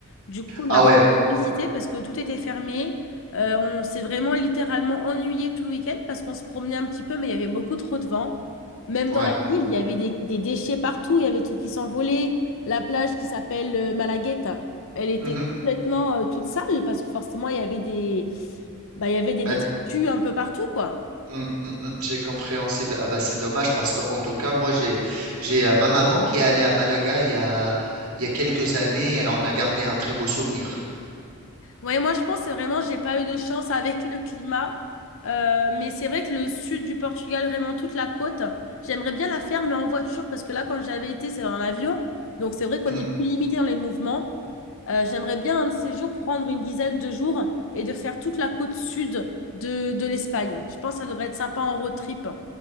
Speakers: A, on the left; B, on the right.
A: Du coup, on n'a
B: ah
A: rien
B: ouais,
A: pu visiter parce que tout était fermé. Euh, on s'est vraiment littéralement ennuyé tout le week-end parce qu'on se promenait un petit peu, mais il y avait beaucoup trop de vent. Même dans
B: ouais.
A: la ville, il y avait des, des déchets partout, il y avait des trucs qui s'envolaient. La plage qui s'appelle euh, Malagueta, elle était
B: mhm.
A: complètement euh, toute sale parce que forcément, il y avait des, bah, il y avait des détritus
B: Bah,
A: un peu partout, quoi.
B: Mm, mm, mm, j'ai compréhensible. Ah bah c'est dommage parce que en tout cas moi j'ai j'ai euh, ma maman qui est allée à Malaga il y a il y a quelques années. Elle en a gardé un très beau souvenir.
A: Oui, moi je pense que vraiment, j'ai pas eu de chance avec le climat. Euh, mais c'est vrai que le sud du Portugal, vraiment toute la côte, j'aimerais bien la faire, mais en voiture, parce que là, quand j'avais été, c'est dans l'avion. Donc c'est vrai qu'on
B: Mhm.
A: est plus limité dans les mouvements. Euh, j'aimerais bien un de ces jours prendre une dizaine de jours et de faire toute la côte sud de, de l'Espagne. Je pense que ça devrait être sympa en road trip.